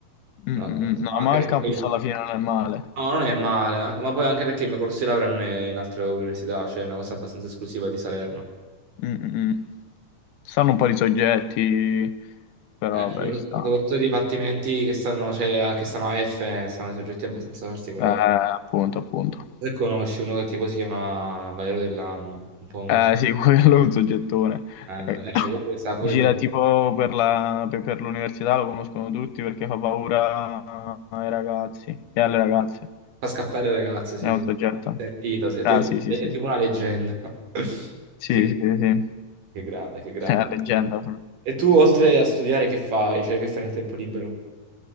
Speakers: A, on the left; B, on the right.
A: Mm,
B: un attimo.
A: mm, mm. No,
B: Anche
A: ma
B: perché...
A: il campus alla fine non è male.
B: No, non è male, anche- ma poi anche perché il mio corso di laurea non è in altre università, cioè è una cosa abbastanza esclusiva di Salerno.
A: Mm, mm, mm. Ci Stanno un po' di soggetti, però
B: Eh, soprattutto
A: vabbè, ci sta.
B: soprattutto i dipartimenti che stanno, cioè, che stanno a F, sono soggetti abbastanza particolari.
A: Eh, appunto, appunto.
B: Se conosci uno che tipo si chiama Valerio dell'Anno, un po' un...
A: Eh
B: so-
A: sì, <laughs> quello è un soggettone.
B: Eh,
A: Eh,
B: eh,
A: <coughs>
B: questo sta pure
A: Gira
B: in
A: tipo per la- per- per l'università, lo conoscono tutti perché fa paura ai ragazzi e alle ragazze.
B: Fa scappare le ragazze, sì,
A: È un
B: sì.
A: soggetto.
B: Sentito, sì, è
A: Ah
B: tipo
A: sì, sì,
B: è
A: sì.
B: tipo una leggenda. <laughs>
A: Sì,
B: Che grande,
A: sì, sì. sì.
B: che grande, che grande.
A: <laughs> È una leggenda.
B: E tu, oltre a studiare, che fai? Cioè, che fai nel tempo libero?